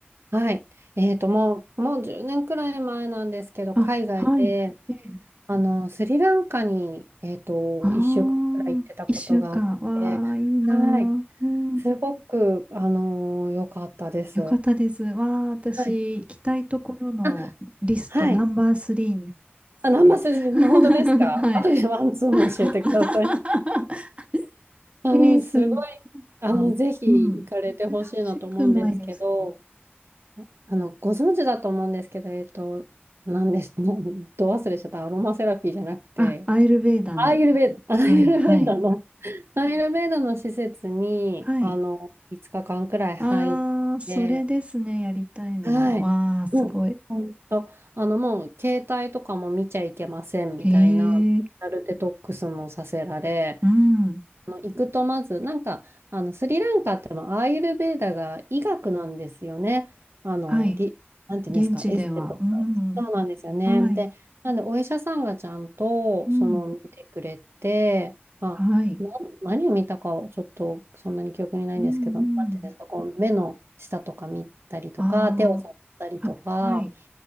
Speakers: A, on the right (about 70°); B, on the right (about 30°).
A: はい。えっと、もう、もう10年くらい前なんですけど、
B: あ、
A: 海外で、
B: はい。ね
A: あの、スリランカに、えっと、
B: ああ、
A: 1週間くらい行ってたことがあって、
B: 一週間。わあ、いいな
A: はい、
B: ー。うん、
A: すごく、あの良かったです。
B: よかったです。
A: は
B: わあ、私、
A: い。
B: 行きたいところのリストナンバースリーにですね。
A: あ、はい。あ、ナンバスジの本当ですか後でワンツーも教えてください。
B: <laughs> はい。<laughs>
A: あの、
B: えー、すごい。
A: すごい、あの、
B: あ、
A: ぜひ行かれてほしいなと思うんですけど、
B: うん。珍しくないですか
A: あの、ご存知だと思うんですけど、えっと、何です、<laughs> ど忘れしちゃった、アロマセラピーじゃなくて、
B: あ、アイルベーダの。
A: アーユルベーダ、
B: はい、
A: アーユルベーダの、
B: はい、
A: <laughs> アーユルベーダの施設に、
B: はい。
A: あの、5日間くらい入って、
B: ああ、それですね、やりたいのは。
A: はい。
B: わあ、すごい。
A: もう、ほんと、あの、もう、携帯とかも見ちゃいけませんみたいな、
B: へ
A: デジタルデトックスもさせられ、
B: え、うん、
A: あの行くとまず、なんか、あの、スリランカってもアーユルヴェーダが医学なんですよね。あの、
B: はい。
A: り、なんていうんですか、
B: 現地では、
A: エステとか、
B: うん、
A: そうなんですよね。
B: はい、
A: で、なんでお医者さんがちゃんと、
B: うん、
A: その、見てくれて、まあ、
B: はい、
A: な、何を見たかをちょっとそんなに記憶にないんですけど、
B: うん、
A: なんていうんですか、
B: うん。
A: こう、目の下とか見たりとか、
B: あ
A: 手を触ったりとか、
B: あ、はい、はい、